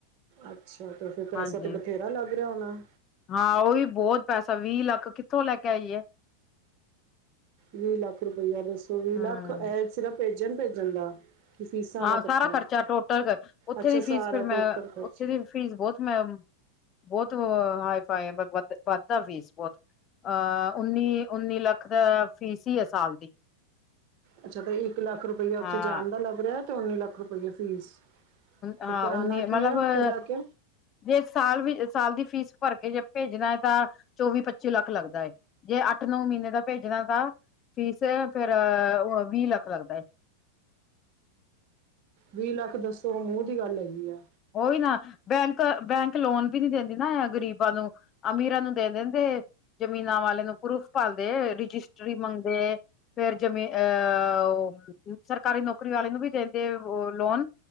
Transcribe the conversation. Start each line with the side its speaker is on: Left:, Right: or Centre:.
Right: ਅੱਛਾ ਤੇ ਫੇਰ ਪੈਸਾ
Left: ਹਾਂਜੀ
Right: ਤੇ ਬਥੇਰਾ ਲੱਗ ਰਿਆ ਹੋਣਾ।
Left: ਹਾਂ ਉਈ ਬੋਤ ਪੈਸਾ ਵੀਹ ਲੱਖ ਕਿੱਥੋਂ ਲੈ ਕੇ ਆਈਏ।
Right: ਵੀਹ ਲੱਖ ਰੁਪਇਆ ਦੱਸੋ ਵੀਹ
Left: ਹਮ
Right: ਲੱਖ ਐ ਸਿਰਫ ਭੇਜਨ-ਭੇਜਨ ਦਾ। ਕਿ ਫੀਸਾਂ
Left: ਹਾਂ
Right: ਦਾ ਇਕੱਠਾ
Left: ਸਾਰਾ ਖਰਚਾ ਟੋਟਲ ਉੱਥੇ
Right: ਅੱਛਾ
Left: ਦੀ
Right: ਸਾਰਾ
Left: ਫੀਸ ਫੇਰ ਮੈਂ
Right: ਟੋਟਲ ਖਰਚ
Left: ਉੱਥੇ ਦੀ ਫੀਸ ਬਹੁਤ ਮੈ ਬਹੁਤ ਹਾਏ ਫਾਈ ਆ ਵ ਵੱਧ ਆ ਫੀਸ ਬਹੁਤ ਅਹ ਉੱਨੀ-ਉੱਨੀ ਲੱਖ ਦਾ ਫੀਸ ਹੀ ਆ ਸਾਲ ਦੀ
Right: ਅੱਛਾ ਤਾਂ ਇੱਕ ਲੱਖ ਰੁਪਇਆ ਉੱਥੇ
Left: ਹਾਂ
Right: ਜਾਣ ਦਾ ਲੱਗ ਰਿਹਾ ਤੇ ਉੱਨੀ ਲੱਖ ਰੁਪਇਆ ਫੀਸ
Left: ਹਾਂ
Right: ਤੇ ਕਰਾਣਾ
Left: ਉੱਨੀ
Right: ਕੀ
Left: ਮਤਲਬ
Right: ਆ ਉੱਥੇ ਜਾ ਕੇ
Left: ਜੇ ਸਾਲ ਵੀ ਸਾਲ ਦੀ ਫੀਸ ਭਰ ਕੇ ਜੇ ਭੇਜਣਾ ਐ ਤਾਂ ਚੌਵੀ, ਪੱਚੀ ਲੱਖ ਲੱਗਦਾ ਏ। ਜੇ ਅੱਠ, ਨੌ ਮਹੀਨੇ ਦਾ ਭੇਜਦਾ ਤਾਂ ਫੀਸ ਫੇਰ ਉਹ ਵੀਹ ਲੱਖ ਲੱਗਦਾ ਏ
Right: ਵੀਹ ਲੱਖ ਦੱਸੋ ਮੂੰਹ ਦੀ ਗੱਲ ਹੈਗੀ ਐ
Left: ਉਹੀ ਨਾ ਬੈਂਕ ਬੈਂਕ ਲੋਨ ਵੀ ਨੀ ਦੇਂਦੀ ਨਾ ਐਹ ਗਰੀਬਾਂ ਨੂੰ ਅਮੀਰਾਂ ਨੂੰ ਦੇ ਦਿੰਦੇ ਜ਼ਮੀਨਾਂ ਵਾਲੇ ਨੂੰ ਪਰੂਫ਼ ਪਾਲਦੇ ਰਜਿਸਟਰੀ ਮੰਗਦੇ ਫੇਰ ਜਮੀ ਅਹ ਸਰਕਾਰੀ ਨੌਕਰੀ ਵਾਲੇ ਨੂੰ ਵੀ ਦੇ ਦੇ ਉਹ ਲੋਨ,